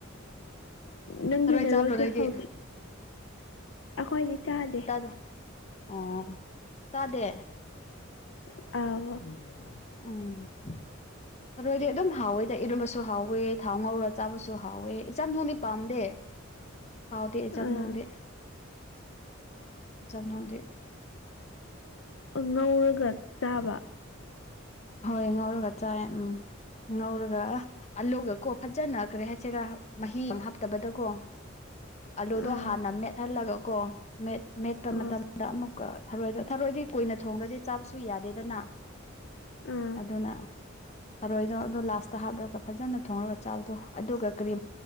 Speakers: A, on the left; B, on the left.
A: ꯅꯪꯒꯤ
B: ꯊꯔꯣꯏ
A: ꯅꯔ
B: ꯆꯥꯕ꯭ꯔꯣ
A: ꯋꯥꯁꯤꯦ
B: ꯅꯣꯏꯗꯤ
A: ꯍꯧꯥꯎꯖꯤꯛ ꯑꯩꯈꯣꯏꯗꯤ ꯆꯥꯗꯦ꯫
B: ꯑꯣ ꯆꯥꯗꯦ꯫
A: ꯑ
B: ꯎꯝ ꯑꯣꯏꯗꯤ ꯑꯗꯨꯝ ꯍꯥꯎꯋꯦꯗ ꯏꯔꯝꯕꯁꯨ ꯍꯥꯎꯋꯦ ꯊꯥꯎ ꯉꯧꯔ ꯆꯥꯕꯁꯨ ꯍꯥꯎꯋꯦ ꯏꯆꯝ ꯊꯣꯡꯗꯤ ꯄꯥꯝꯗꯦ꯫
A: <inaudible>
B: ꯍꯥꯎꯗꯖꯝ
A: ꯑꯥ
B: ꯅꯣꯡꯗꯦ ꯆꯝ ꯅꯗꯦ꯫
A: ꯉꯧꯔꯒ ꯆꯥꯕ
B: ꯍꯣꯏ ꯉꯧꯔꯒ ꯆꯥꯏ ꯎꯝ ꯉꯧꯔꯒ ꯑꯜꯂꯨꯒ ꯀꯣ ꯐꯖꯅ ꯀꯔꯤ ꯍꯥꯏꯁꯤꯔ ꯃꯍꯤ ꯍꯥꯞꯇꯕꯗꯀꯣ ꯑꯂꯨꯗꯣ
A: ꯑꯥ
B: ꯍꯥꯟꯅ ꯃꯦꯠꯍꯜꯂꯒ ꯀꯣ ꯃꯦꯠꯄ
A: ꯑꯥ
B: ꯃꯇꯝꯗ ꯑꯃꯨꯛꯀ ꯊꯔꯣꯏꯗ ꯊꯔꯣꯏꯗꯤ ꯀꯨꯏꯅ ꯊꯣꯡꯂꯗꯤ ꯆꯥꯕꯁꯨ ꯌꯥꯗꯦꯗꯅ
A: ꯑꯥ
B: ꯑꯗꯨꯅ ꯇꯔꯣꯏꯗꯣ ꯑꯗꯣ ꯂꯥꯁ ꯍꯥꯞꯂꯒ ꯐꯖꯅ ꯊꯣꯡꯉꯒ ꯆꯥꯕꯗꯣ ꯑꯗꯨꯒ ꯀꯔꯤ